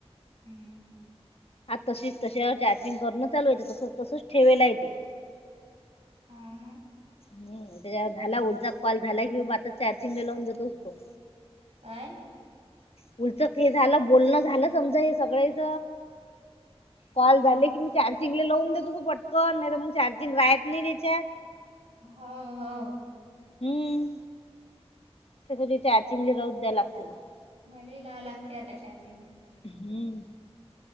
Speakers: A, on the right (about 70°); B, on the left (about 65°).
A: हम्म
B: आता तशीच तश चार्जिंग करणं चालूयचं तस तसच ठेवेला आहे तेे
A: अ ना
B: ह त्याच्यावर झाला लचा कॉल झाला किं आता चार्जिंग लावून देतो असतो
A: काय
B: उलचक हे झालं बोलणं झालं समजा हे सगळ्याच कॉल
A: हा
B: झाले की मी चार्जिंग लावून देतो तू पटकन नाही तरर मग चार्जिंग राहत नाही रेच्या
A: होा हा
B: हम्म <unintelligible>
A: मला ला लागते आता चार्जिंग ला
B: हम्म